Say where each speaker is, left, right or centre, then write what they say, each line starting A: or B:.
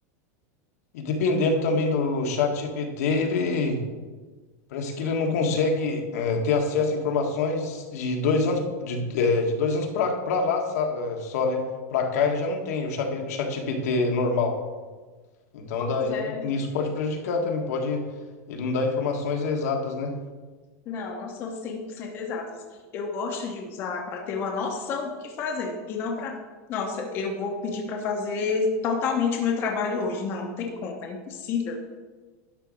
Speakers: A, on the left; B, on the left.
A: E dependendo também do ChatGPT, ele. Parece que ele não consegue eh, ter acesso a informações de dois anos de, eh, de dois anos pra pra lá sa- eh, só, né? Pra cá ele já não tem o chat ChatGPT normal. Então
B: Pois
A: daí
B: é.
A: nisso pode prejudicar também, pode ele não dá informações exatas, né?
B: Não, não são 100% exatas. Eu gosto de usar para ter uma noção do que fazer e não para, nossa, eu vou pedir para fazer totalmente o meu trabalho hoje. Não, não tem como, é impossível.